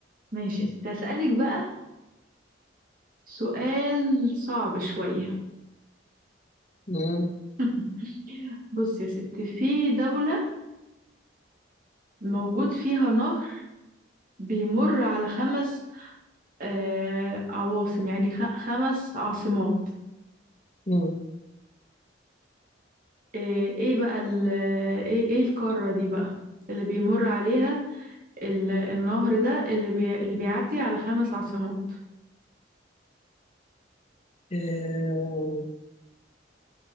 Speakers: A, on the right; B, on the left.
A: ماشي يا ستي هسألك بقى سؤال صعب شوية
B: مم.
A: <laughs> بص يا ستي في دولة موجود فيها نهر بيمر على خمس آه عواصم يعني خ- خمس عاصمات
B: مم.
A: إيه إيه بقى ال إيه إيه القارة دي بقى اللي بيمر عليها ال- النهر ده اللي بي اللي بيعدي على خمس عاصمات
B: آه،